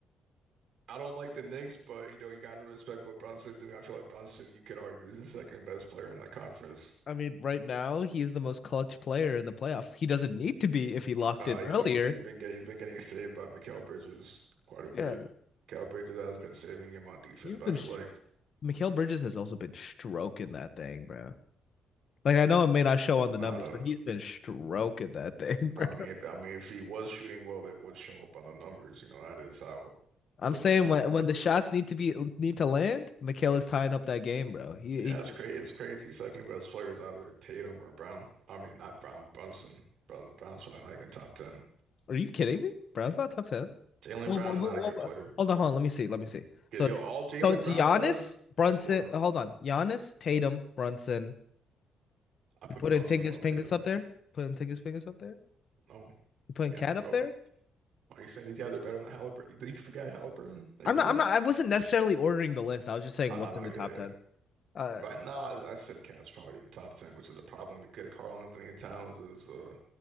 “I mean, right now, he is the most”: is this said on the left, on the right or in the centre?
Left